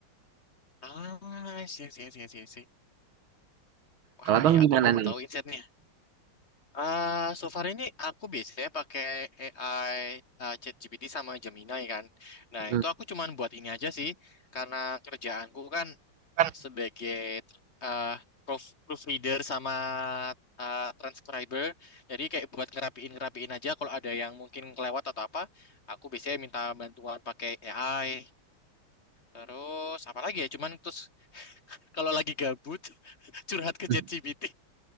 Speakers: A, on the left; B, on the right.
A: Ah, sih sih sih sih sih. Wah,
B: Kalau Nah,
A: ini
B: bang gimana
A: aku baru
B: nih?
A: tahu insight-nya. Ah, so far ini aku biasanya pakai AI ah, ChatGPT sama Gemini kan. Nah,
B: Hmm.
A: itu aku cuman buat ini aja sih karena kerjaanku kan
B: kan
A: sebagai eh proof- proofreader sama eh, transcriber. Jadi kayak buat ngerapiin ngerapiin aja kalau ada yang mungkin kelewat atau apa, aku biasanya minta bantuan pakai AI. Terus apa lagi ya? Cuman terus kalau lagi gabut <laughs> curhat ke
B: Hmm.
A: ChatGPT.